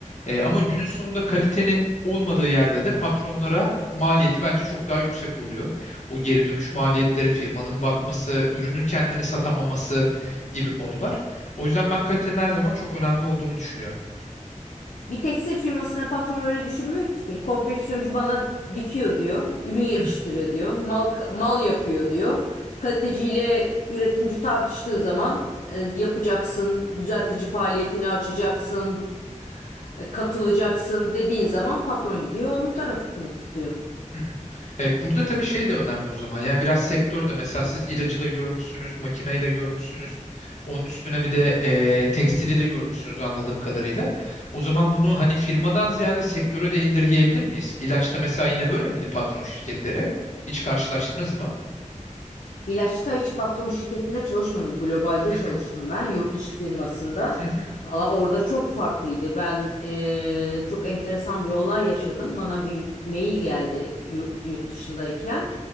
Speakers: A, on the left (about 65°); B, on the left (about 80°).
A: E, ama günün sonunda kalitenin olmadığı yerde de patronlara maliyeti bence çok daha yüksek oluyor. O geri dönüş maliyetleri, firmanın batması, ürünün kendini satamaması gibi konular. O yüzden ben kalitenin her zaman çok önemli olduğunu düşünüyorum.
B: Bir tekstil firmasına patron öyle düşünmüyor ki. Konfeksiyoncu bana dikiyor diyor. Ürün yetiştiriyor
A: <laughs>
B: diyor. Mal, mal yapıyor diyor. Kaliteciyle üretimci tartıştığı zaman e, yapacaksın, düzeltici faaliyetini açacaksın, e, katılacaksın dediğin zaman patron gidiyor onun tarafını tutuyor.
A: Hı hı. E, burada tabii şey de önemli o zaman. Yani biraz sektör de mesela siz ilacı da görmüşsünüz, makineyi de görmüşsünüz. Onun üstüne bir de e, tekstili de görmüşsünüz anladığım kadarıyla. O zaman bunu hani firmadan ziyade sektöre de indirgeyebilir miyiz? İlaçta mesela yine böyle miydi patron şirketleri? Hiç karşılaştınız mı?
B: İlaçta hiç patron şirketinde çalışmadım. Globalde
A: Hı
B: çalıştım
A: hı,
B: ben yurt dışı firmasında.
A: hı hı,
B: Valla orada çok farklıydı. Ben eee, çok enteresan bir olay yaşadım. Bana bir mail geldi yurt, yurt dışındayken.